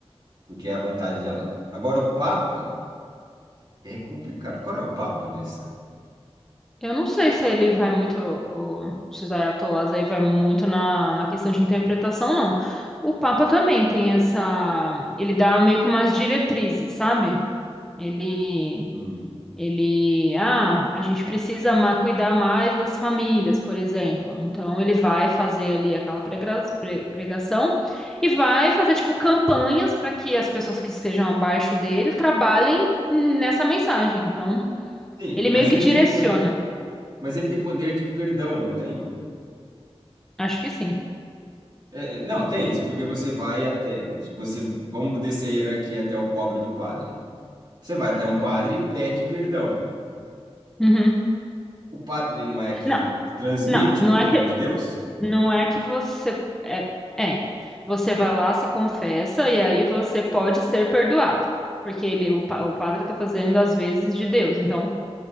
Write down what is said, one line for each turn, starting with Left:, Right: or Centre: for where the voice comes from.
Right: porque é a vontade de Allah. Agora, o Papa é complicado. Qual é o Papa nessa?
Centre: Eu não sei se ele vai muito, o, esses ayatollahs aí vai muito na, na questão de interpretação, não. O Papa também tem essa, ele dá meio que umas diretrizes, sabe? Ele,
Right: Hum.
Centre: ele, ah, a gente precisa ma- cuidar mais das famílias, por exemplo. Então ele vai fazer ali aquela prega- pre- pregação e vai fazer tipo campanhas para que as pessoas que estejam abaixo dele trabalhem nessa mensagem. Então
Right: Sim,
Centre: ele
Right: mas
Centre: meio que
Right: ele
Centre: direciona.
Right: tem, po- mas ele tem poder de perdão, não tem?
Centre: Acho que sim.
Right: É, é, não, tem isso, porque você vai até, você, vamos descer a hierarquia até o pobre do padre. Você vai até um padre e pede perdão.
Centre: Uhum.
Right: O padre não é quem
Centre: Não,
Right: transmite
Centre: não, não
Right: o perdão
Centre: é que
Right: de Deus?
Centre: Não é que você é, é, você vai lá, se confessa e aí você pode ser perdoado. Porque ele, o, pa- o padre está fazendo às vezes de Deus. Então,